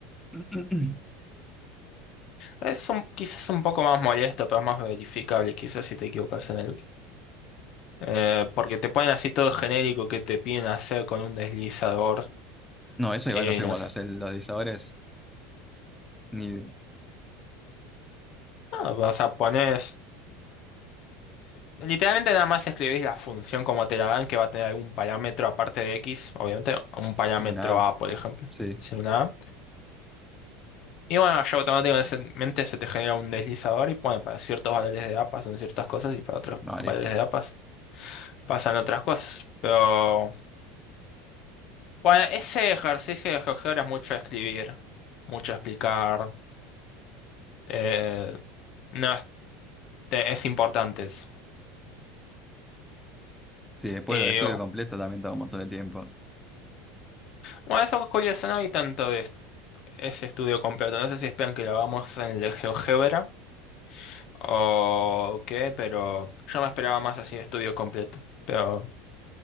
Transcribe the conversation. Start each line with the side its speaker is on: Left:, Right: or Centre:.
Centre: <clears throat>
Left: Es un- quizás un poco más molesto, pero más verificable, quizás si te equivocas en algo. Eh, porque te ponen así todo genérico que te piden hacer con un deslizador.
Centre: No, eso
Left: Y
Centre: igual no sé
Left: no
Centre: cómo
Left: sé.
Centre: se hace los divisores ni de
Left: No, vas a poner... literalmente nada más escribís la función como te la dan, que va a tener algún parámetro aparte de X, obviamente, un parámetro
Centre: no, nada.
Left: A, por ejemplo.
Centre: Sí,
Left: Si una A. Y bueno, ya automáticamente se te genera un deslizador y bueno, para ciertos valores de A pasan ciertas cosas y para otros
Centre: no,
Left: valores
Centre: listo.
Left: de A pas- pasan otras cosas. Pero bueno, ese ejercicio de GeoGebra es mucho escribir, mucho explicar. eh, no, es, te- es importante. es.
Centre: Sí, después
Left: Y,
Centre: lo estudio completo también toma un montón de tiempo.
Left: bueno, eso es curioso, no hay tanto de est- ese estudio completo. No sé si esperan que lo hagamos en el de GeoGebra o qué, pero yo me esperaba más así de estudio completo. Pero